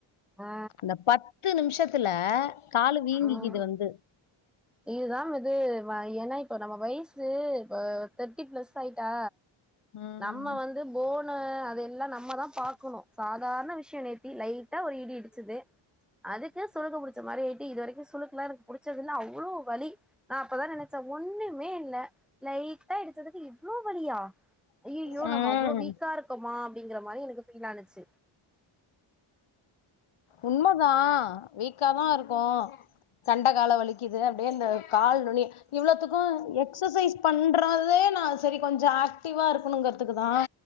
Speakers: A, in the centre; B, on the left.
A: ஆ
B: அந்த பத்து நிமிஷத்துல கால் வீங்கிகறது
A: ம்
B: வந்து
A: இதுதா இது ஏன்னா இப்போ நம்ம வயசு இ தேர்ட்டி பிளஸ் ஆயிட்டா
B: ம்
A: நம்ம வந்து போனு அது எல்லா நம்மதான் பாக்கணும் சாதாரண விஷயம் நேத்தி லைட்டா ஒரு இடி இடிச்சுது அதுக்கு சுளுக்கு புடிச்ச மாதிரி ஆயிட்டு இது வரைக்கும் சுளுக்குலாம் எனக்கு புடிச்சது இல்ல அவ்ளோ வலி நான் அப்பதான் நினைச்சேன் ஒண்ணுமே இல்ல லைட்டா இடிச்சதுக்கு இவ்வளவு வலியா அய்யய்யோ
B: ம்
A: நம்ம அவ்ளோ வீக்கா இருக்கோமா அப்டிங்கிற மாதிரி எனக்கு ஃபீல் ஆனுச்சு
B: உண்மை தான் வீக்காதான் இருக்கோம் கண்ட கால வலிக்குது அப்டியே இந்த கால் நுனி இவ்வளவுத்துக்கு ம் எக்சசைஸ் பண்றதே நான் செரி கொஞ்சம் ஆக்டிவா இருக்கணுங்கறதுக்கு தான்